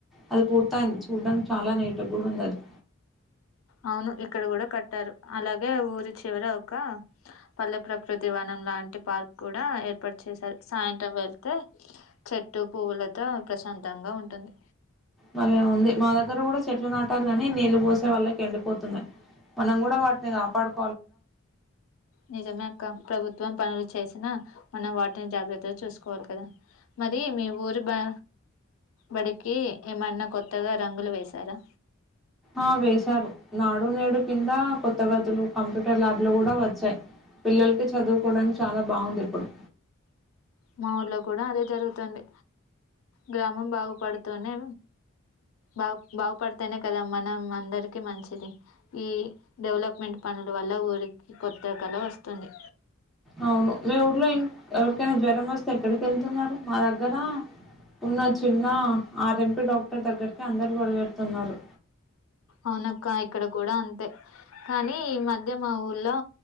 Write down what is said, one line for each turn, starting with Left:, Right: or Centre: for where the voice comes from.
Centre: అది పూర్తయింది. చూడ్డానికి చాలా నీటిగ్ కూడా ఉంది అది
Left: అవును ఇక్కడ కూడా కట్టారు. అలాగే ఊరి చివర ఒక పల్లె ప్రకృతి వనం లాంటి పార్క్ కూడా ఏర్పాటు చేశారు. సాయంత్రం వెళ్తే చెట్టు, పువ్వులతో ప్రశాంతంగా ఉంటుంది.
Centre: భలే ఉంది. మా దగ్గర కూడా చెట్లు నాటాలని నీళ్లు పోసే వాళ్లకి ఎండిపోతున్నాయి. మనం కూడా వాటిని కాపాడుక్
Left: నిజమే అక్క ప్రభుత్వం పనుల్ చేసినా మనం వాటిని జాగ్రత్తగా చూసుకోవాలి కదా. మది మీ ఊరు బ బడికి ఏమన్నా కొత్తగా రంగులు వేసారా?
Centre: ఆ వేశారు. నాడు నేడు కింద కొత్త గదులు కంప్యూటర్ ల్యాబ్లు కూడా వచ్చాయి. పిల్లలకి చదువుకోవడానికి చాలా బాగుంది. ఇప్పుడు
Left: మా ఊర్లో కూడా అదే జరుగుతుంది. గ్రామం బాగుపడుతూనే బా బాగుపడితేనే కదా మనం అందరికీ మంచిది. ఈ డెవలప్మెంట్ పనుల వల్ల ఊరికి కొత్త కల వస్తుంది.
Centre: అవును మీ ఊర్లో ఇం ఎవరికైనా జ్వరం వస్తే ఎక్కడికి వెళ్తున్నారు. మా దగ్గర ఉన్న చిన్న ఆర్. ఎం. పి. డాక్టర్ దగ్గరికి అందరు పరిగెడుతున్నారు.
Left: అవునక్క ఇక్కడ కూడా అంతే కానీ ఈ మధ్య మా ఊర్లో